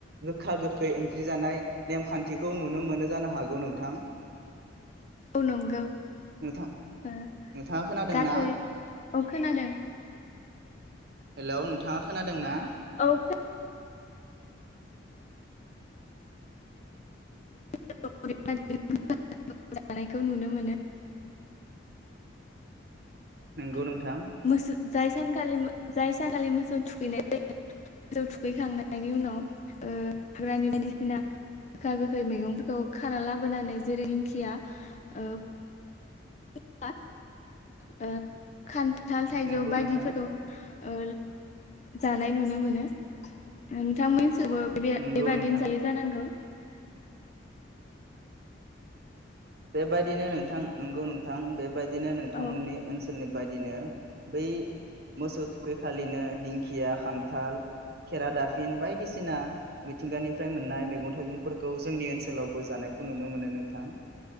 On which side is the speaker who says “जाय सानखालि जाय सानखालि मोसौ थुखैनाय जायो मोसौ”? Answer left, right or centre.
Left